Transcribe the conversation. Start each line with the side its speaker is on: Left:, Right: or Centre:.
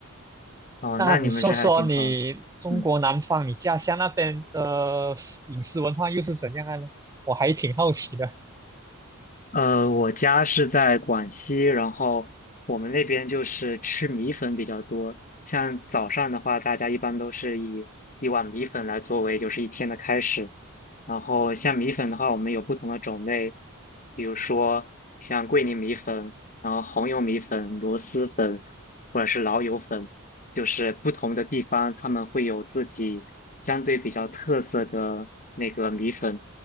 Left: 哦，
Right: 那你说说你中国南方，
Left: 那你们这还挺好的。嗯，
Right: 你家乡那边的饮食文化又是怎样的呢？我还挺好奇的。
Left: 呃，我家是在广西，然后我们那边就是吃米粉比较多。像早上的话，大家一般都是以一碗米粉来作为就是一天的开始。然后像米粉的话，我们有不同的种类，比如说像桂林米粉，然后红油米粉、螺蛳粉，或者是老友粉，就是不同的地方他们会有自己相对比较特色的那个米粉。